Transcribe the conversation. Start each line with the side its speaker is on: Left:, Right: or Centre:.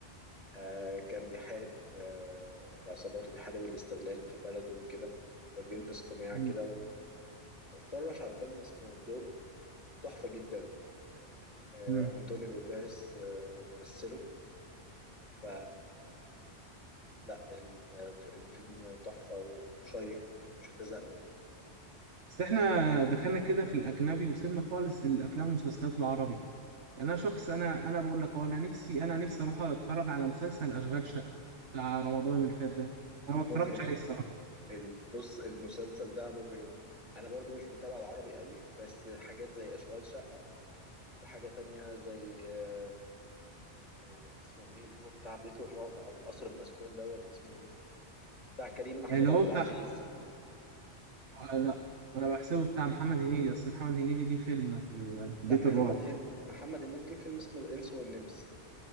Left: آه، كان بيحارب آه، العصابات وبيحارب الاستغلال في بلده وكده فبيلبس قناع
Right: مم.
Left: كده واتسرش على الفيلم اسمه زورو تحفه جدا آه،
Right: مم.
Left: انطونيو بيرديرس آه، مثله ف لا ال- الفيلم تحفة وشيق مش هتزهق منه
Right: بس احنا دخلنا كده في الاجنبي وسيبنا خالص الافلام والمسلسلات العربي انا شخص انا انا بقول لك أهو، انا نفسي انا نفسي اروح اتفرج على مسلسل اشغال شقه بتاع رمضان اللي فات ده انا ما اتفرجتش
Left: مجرم
Right: عليه الصراحه
Left: ال- بص المسلسل ده مجرم انا برضو مش متابع العربي قوي بس حاجات زي اشغال شقة وحاجة تانية زي آه، آه، اسمه ايه اللي هو بتاع بيت الرعب او القصر المسكون دوت اسمه ايه بتاع كريم محمود
Right: اللي
Left: عبد
Right: هو
Left: العزيز
Right: بتاع آه لا انا بحسبه بتاع محمد هنيدي اصل محمد هنيدي ليه فيلم في, ال... في
Left: لا
Right: بيت
Left: محمد
Right: الرعب
Left: ه- محمد هنيدي ليه فيلم اسمه الانس والنمس